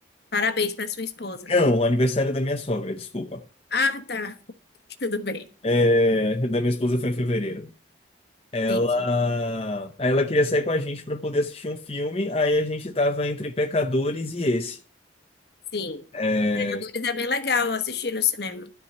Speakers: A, on the left; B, on the left.
A: Parabéns pra sua esposa.
B: Não, o aniversário da minha sogra, desculpa.
A: Ah, tá. <laughs> Tudo bem.
B: é, da minha esposa foi em fevereiro. Ela,
A: Entendi.
B: aí ela queria sair com a gente para poder assistir um filme, aí a gente tava entre Pecadores e esse.
A: Sim.
B: É,
A: Predadores é bem legal assistir no cinema.